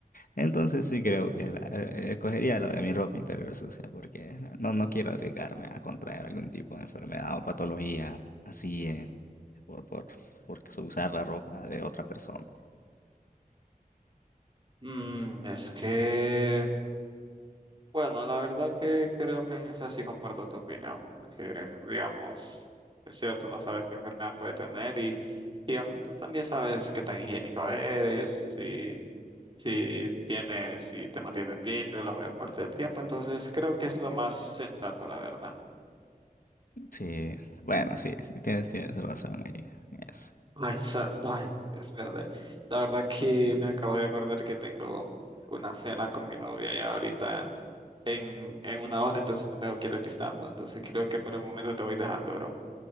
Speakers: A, on the left; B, on the right.
A: Entonces sí creo que la- eh, escogería lo de mi ropa interior sucia porque no, no quiero arriesgarme a contraer algún tipo de enfermedad o patología así eh, por, por, por usar la ropa de otra persona.
B: Mm, es que, bueno, la verdad que creo que en esa sí comparto tu opinión, porque, digamos, es cierto, no sabes qué enfermedad puede tener y, digamos, tú también sabes qué tan higiénico eres, si, si tienes, si te mantienes limpio la mayor parte del tiempo, entonces creo que es lo más sensato, la verdad.
A: Sí, bueno, sí, sí, tienes, tienes razón ahí. en eso.
B: Ay, sa- ay, es verdad. La verdad que me acabo de acordar que tengo una cena con mi novia ya ahorita en, en una hora, entonces me tengo que ir listando. Entonces creo que por el momento te voy dejando, bro.